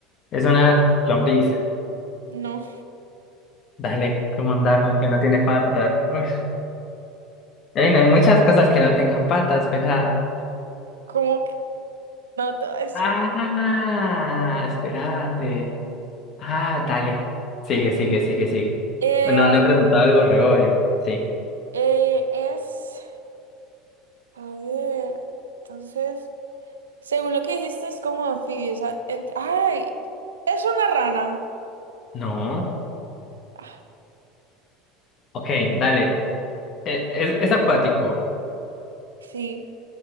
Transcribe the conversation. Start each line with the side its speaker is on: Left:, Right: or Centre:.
Left: Es una lombriz.
Right: No,
Left: Dale, ¿cómo anda? Como que no tiene patas. <laughs> Ey, no hay muchas cosas que no tengan patas, pelada.
Right: <laughs> ¿cómo que no te voy a decir?
Left: Ah, espérate. Ah, dale. Sigue, sigue, sigue, sigue.
Right: Eh,
Left: Bueno, no he preguntado algo reollo. Sí.
Right: eh, es, a ver, entonces... Según lo que dijiste, es como anfibio. o sea, ent- ¡Ay! Es una rana.
Left: No.
Right: Ah,
Left: Ok, dale. Eh, Es, es acuático.
Right: sí.